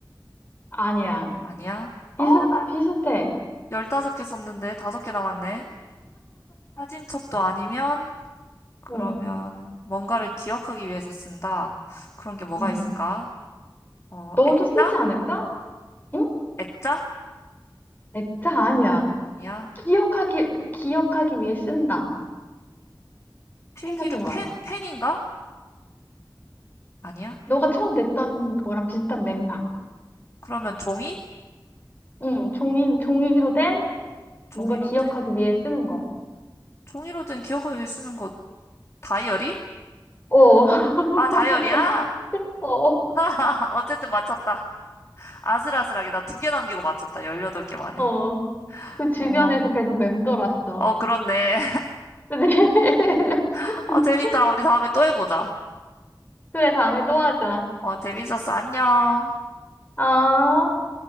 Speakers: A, on the left; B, on the left.
A: 아니야.
B: 아니야.
A: 비슷,
B: 어, 나
A: 비슷해.
B: 열다섯 개 썼는데 다섯 개 남았네. 사진첩도 아니면 그러면
A: 응,
B: 뭔가를 기억하기 위해서 쓴다. 그런 게 뭐가
A: 응.
B: 있을까? 어,
A: 너도
B: 액자?
A: 쓰지 않을까? 응?
B: 액자?
A: 액자 아니야.
B: 아니야.
A: 기억하기, 기억하기 위해 쓴다.
B: 필기류
A: 생각해봐.
B: 펜, 펜인가? 아니야.
A: 너가 처음 냈던 거랑 비슷한 맥락.
B: 그러면 종이?
A: 응, 종이, 종이로 된
B: 종이로
A: 뭔가 기억하기
B: 된?
A: 위해 쓰는 거.
B: 종이로 된 기억을 위해 쓰는 거 다이어리?
A: 어, <laughs>
B: 아, 다이어리야?
A: 어,
B: <laughs> 어쨌든 맞췄다. 아슬아슬하게 나 두 개 남기고 맞췄다. 18개 만에.
A: 어. 그 주변에서
B: 어,
A: 계속 맴돌았어.
B: 어, 그렇네.
A: 그래, <laughs>
B: <laughs> 어, 재밌다. 우리 다음에 또 해보자.
A: 그래, 다음에 또 하자.
B: 어, 재밌었어. 안녕.
A: 아.